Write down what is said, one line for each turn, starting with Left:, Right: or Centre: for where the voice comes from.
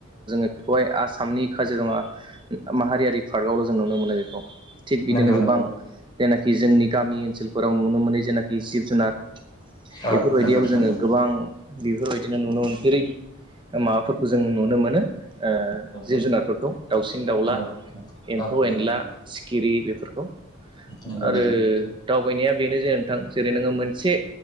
Right: बहाय आसामनि काजिरङा माहारियारि पार्कआवल' जों नुनो मोनो बेखौ थिग बिदिनो
Left: नोंगौ
Right: गोबां
Left: नोंगौ
Right: जेनाखि जोंनि गामि ओन्सोलफोराव नुनो मोनै जेनाखि जिब-जुनार
Left: औ
Right: बेफोरबायदियाव
Left: नंगौ
Right: जोङो
Left: नंगौ
Right: गोबां बेफोरबायदिनो नुनो मोनफेरै माबाफोरखौ जों नुनो मोनो। ओ
Left: नंगौ
Right: जिब-जुनारफोरखौ दाउसिन-दाउला
Left: नंगौ नंगौ
Right: एम्फौ-एनला,
Left: औ नंगौ नंगौ
Right: सिखिरि बेफोरखौ
Left: नंगौ
Right: आरो
Left: नंगौ
Right: दावबायनाया बेनो जे नोंथां जेरै नोङो मोनसे